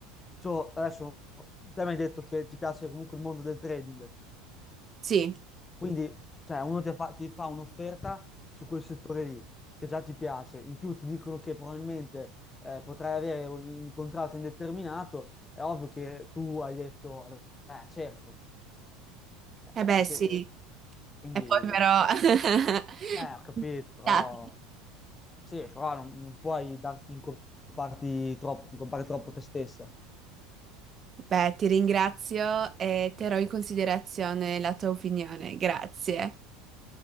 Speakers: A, on the left; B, on the right.
A: cioè, adesso te mi hai detto che ti piace comunque il mondo del trading,
B: Sì,
A: quindi, cioè, uno ti fa, ti fa un'offerta su quel settore lì, che già ti piace. In più ti dicono che probabilmente eh, potrai avere un contratto indeterminato. È ovvio che tu hai detto, eh, certo. Eh,
B: e beh
A: ci
B: sì,
A: pe- quindi,
B: e poi però... <laughs>
A: eh, ho capito, però...
B: Data.
A: Sì, però non, non puoi darti in comparti troppo, in troppo te stessa.
B: Beh, ti ringrazio e terrò in considerazione la tua opinione, grazie.